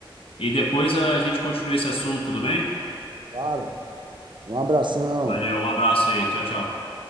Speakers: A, on the left; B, on the right.
A: E depois a gente continua esse assunto, tudo bem?
B: Claro, um abração.
A: Valeu, um abraço aí. Tchau, tchau.